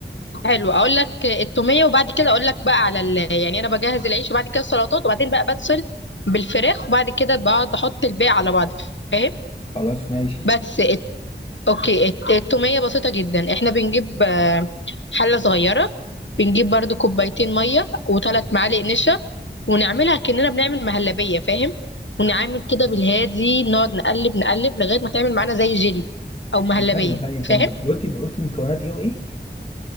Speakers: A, on the left (about 85°); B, on the left (about 30°).
A: حلو اقول لك التوميه وبعد كده اقول لك بقى على ال... يعني انا بجهز العيش وبعد كده السلطات وبعدين بقى بتصل بالفراخ وبعد كده بقعد احط الباقي على بعض فاهم
B: خلاص ماشي
A: بس اوكي الت- التومية بسيطة جدا احنا بنجيب آه، حلة صغيرة بنجيب برضو كوبايتين مية وثلاث معالق نشا ونعملها كأننا بنعمل مهلبية فاهم ونعمل كده بالهادي نقعد نقلب نقلب لغاية ما تعمل معانا زي جيلي أو مهلبية
B: ثانية ثانية ثانية
A: فاهم
B: قلتي قلتي مكونات ايه وايه